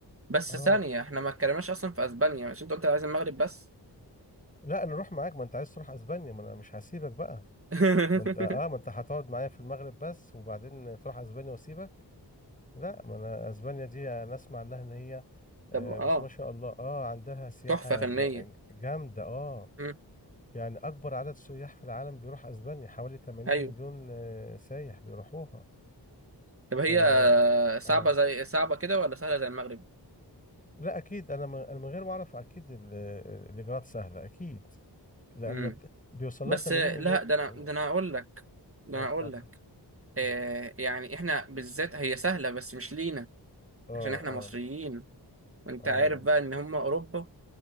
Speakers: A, on the right (about 30°); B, on the left (about 20°).
A: بس
B: اه
A: ثانيه احنا ما اتكلمناش اصلا في اسبانيا عشان انت قلت عايز المغرب بس
B: لا نروح معاك ما انت عايز تروح اسبانيا ما انا مش هسيبك بقى
A: <laughs>
B: ما انت اه ما انت هتقعد معايا في المغرب بس وبعدين تروح اسبانيا واسيبك لا ما انا اسبانيا دي انا اسمع انها ان هي آه،
A: طب اه
B: بس ما شاء الله اه عندها سياحة
A: تحفة فنية
B: جا- جامدة اه
A: مم.
B: يعني اكبر عدد سياح في العالم بيروح اسبانيا حوالي 80
A: أيوه
B: مليون آه، سايح بيروحوها
A: طب
B: ف
A: هي صعبة
B: اه
A: زي صعبة كده ولا سهلة زي المغرب؟
B: لا اكيد انا من أنا من غير ما اعرف اكيد ال- الاجراءات سهله اكيد لان
A: مم.
B: ت- بيوصل
A: بس
B: لها 80
A: لا
B: مليون
A: ده أنا
B: اه
A: ده أنا هقول لك ده
B: اه
A: أنا
B: اتفضل
A: هقول لك آه
B: مم.
A: يعني إحنا بالذات هي سهلة بس مش لينا
B: اه
A: عشان إحنا
B: اه
A: مصريين وأنت
B: اه
A: عارف بقى إن هم أوروبا